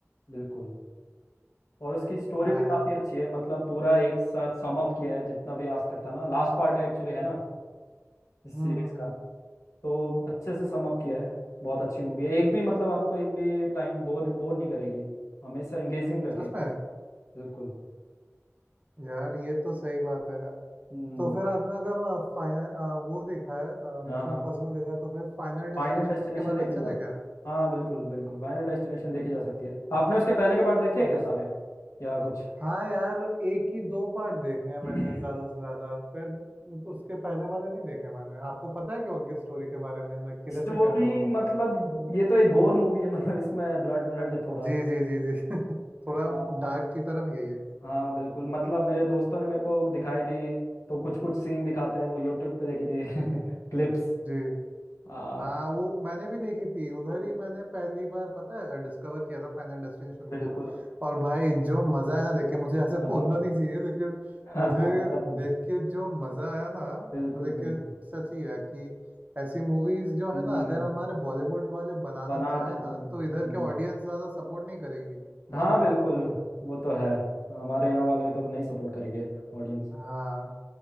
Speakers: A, on the left (about 80°); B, on the right (about 30°).
A: बिल्कुल और उसकी स्टोरी
B: हाँ
A: भी
B: यार
A: काफी अच्छी है मतलब पूरा एक साथ सम अप किया है जितना भी आज तक था ना लास्ट पार्ट है एक्चुअली है ना इस
B: हम्म
A: सीरीज
B: हम्म हम्म
A: का तो अच्छे से सम अप किया है बहुत अच्छी मूवी है एक भी मतलब आपको एक भी टाइम बोर बोर नहीं करेगी हमेशा एंगेजिंग रखेगी
B: सच में
A: बिल्कुल
B: यार ये तो सही बात है यार
A: हम्म
B: तो फिर आपने अगर अ, फाइनल अ, वो देखा है
A: हाँ
B: मिशन
A: हाँ
B: इम्पॉसिबल देखा है तो फिर फाइनल डेस्टिनेशन
A: फाइनल डेस्टिनेशन
B: के बारे
A: देखने
B: में
A: जा
B: चले
A: सकते
B: क्या
A: हाँ बिल्कुल बिल्कुल फाइनल डेस्टिनेशन देखी जा सकती है आपने उसके पहले के पार्ट देखे हैं
B: अच्छा
A: क्या सारे या कुछ
B: हाँ यार एक ही दो पार्ट देखे हैं
A: <clears throat>
B: मैंने ज्यादा से ज्यादा फिर उसके पहले वाले नहीं देखे मैंने आपको पता है कि उनके स्टोरी के बारे में लाइक किधर
A: स्टोरी
B: से क्या शुरू होता
A: मतलब
B: है
A: ये तो एक गोर मूवी है मतलब इसमें ब्लड ब्लड थोड़ा
B: जी जी जी जी <laughs>
A: हाँ
B: थोड़ा डार्क की तरफ यही है
A: हाँ बिल्कुल मतलब मेरे दोस्तों ने मेरे को दिखाई थी तो कुछ कुछ सीन दिखाते हैं वो यूट्यूब पे देखी थी <laughs> क्लिप्स
B: जी
A: आ,
B: हाँ वो मैंने भी देखी थी उधर ही मैंने पहली बार पता है डिस्कवर किया था फाइनल डेस्टिनेशन
A: बिल्कुल
B: को और भाई जो मजा है ना देख के मुझे ऐसे
A: मजा
B: <laughs> बोलना नहीं चाहिए लेकिन
A: <laughs> हाँ
B: मुझे
A: हाँ मजा तो
B: देख के जो मजा आया ना
A: बिल्कुल
B: लेकिन
A: बिल्कुल
B: सच ही है कि ऐसी मूवीज जो
A: हम्म
B: है ना अगर हमारे बॉलीवुड वाले बनाना
A: बनाते
B: चाहे ना
A: थे
B: तो इधर
A: हम्म
B: के ऑडियंस ज्यादा सपोर्ट नहीं करेगी
A: हाँ
B: इसको
A: बिल्कुल वो तो है हमारे यहाँ वाले तो नहीं सपोर्ट करेंगे ऑडियंस
B: हाँ